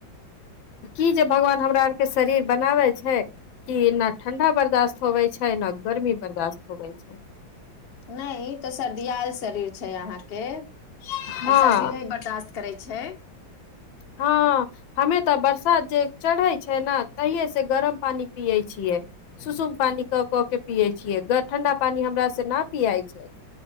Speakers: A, on the left; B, on the left.
A: ई जे भगवान हमरा आर के शरीर बनाबै छै कि ना ठंडा बर्दाश्त होवे छै न गर्मी बर्दाश्त होवे छै।
B: नहि ई तो सर्दी आल शरीर छै अहाँकेँ
A: हँ
B: आ सर्दी नहि बर्दाश्त करै छै।
A: हँ। हमे तऽ बरसात जे चढ़ै छै ने तहिये से गरम पानि पियै छियै। सुसुम पानि कऽ के पियै छियै ठण्डा पानि हमरा सँ नहि पियाइ छै।